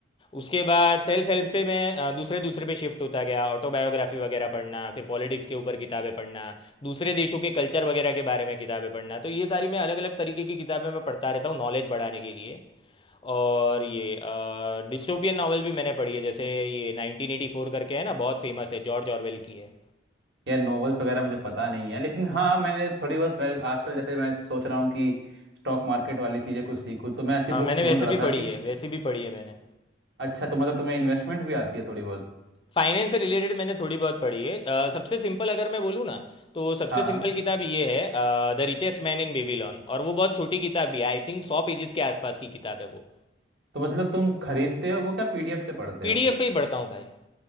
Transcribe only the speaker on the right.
यार नॉवेल्स वगैरह मुझे पता नहीं है लेकिन हाँ मैंने थोड़ी बहुत मैं आजकल जैसे मैं सोच रहा हूँ कि स्टॉक मार्केट वाली चीज़ें कुछ सीखूँ तो मैं ऐसी
बुक्स ढूंढ
रहा
था
कि
अच्छा तो मतलब तुम्हें इन्वेस्टमेंट भी आती है थोड़ी बहुत
हाँ हाँ
तो मतलब तुम खरीदते हो वो क्या पीडीएफ से पढ़ते
हो